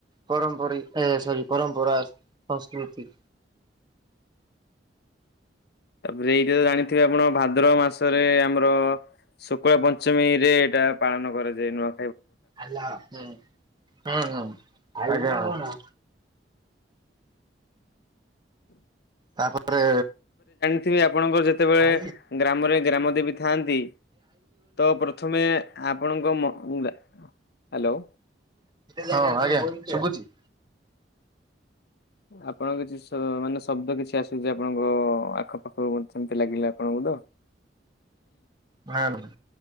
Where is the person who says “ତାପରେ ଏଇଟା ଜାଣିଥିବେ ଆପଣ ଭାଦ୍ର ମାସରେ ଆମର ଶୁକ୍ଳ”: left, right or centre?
Left